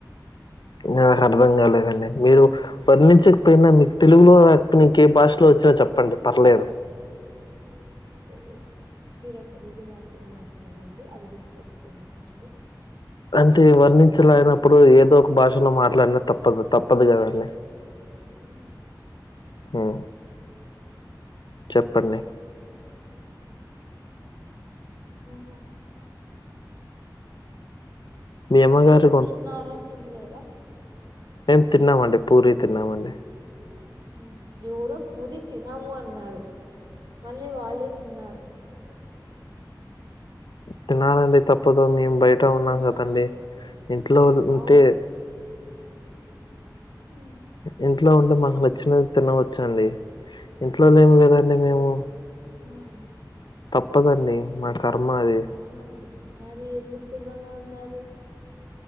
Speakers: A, on the left; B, on the right.
A: నాకు అర్థం కాలేదండి, మీరు వర్ణించకపోయినా మీ తెలుగులో రకపోతే ఇంకె భాషలో వచ్చో చెప్పండి పర్లేదు.
B: తెలుద్ అంతే ఈరోజు తెలుగు మాత్రమే మాట్లాడాలండి, అది గుర్తుపెట్టుకోండి ఫస్టు.
A: అంటే వర్ణించలేనప్పుడు ఏదో ఒక భాషలో మాట్లాడిన తప్పదు తప్పదు కదండి.
B: ఉమ్
A: ఉమ్ చెప్పండి
B: మ్మ్ఉమ్మ్
A: మీ అమ్మగారు
B: మీరు తిన్నారా తిన్లేదా
A: మేం తిన్నామండి పూరి తిన్నామండి
B: ఉమ్మ్ ఎవరో పూరి తినము అన్నారు మళ్ళీ వాళ్ళే తిన్నారు
A: తినాలండి తప్పదు మేము బయట ఉన్నాం కదండి
B: ఆ
A: ఇంట్లో ఉంటే
B: అవును ఉమ్మ్
A: ఇంట్లో ఉంటే మాకు నచ్చినది తినవచ్చు అండి ఇంట్లో లేము కదండి మేము
B: ఉమ్మ్
A: తప్పదండి మా కర్మ అది
B: అవునండి మరి ఎందుకు తినను అన్నారు